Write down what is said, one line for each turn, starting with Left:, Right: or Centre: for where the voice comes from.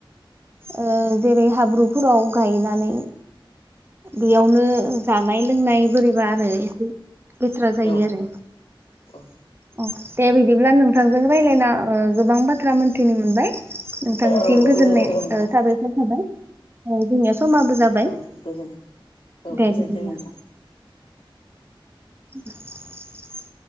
Right: ओ जेरै हाब्रुफोराव गायनानै बेयावनो जानाय लोंनाय बोरैबा आरो एसे। लेथ्रा जायो
Left: औ
Right: आरो
Left: औ
Right: अ दे बिदिब्ला नोंथांजों रायलायना ओ गोबां बाथ्रा मोनथिनो मोनबाय। नोंथांनिसिम
Left: औ
Right: गोजोननाय
Left: गोजोन्थों नोंथां
Right: ओ साबायखर थाबाय। औ जोंनिया समाबो जाबाय
Left: औ गोजोन्थों औ
Right: दे
Left: गोजोन्थों
Right: बिदिब्ला।
Left: नोंथां
Right: <inaudible>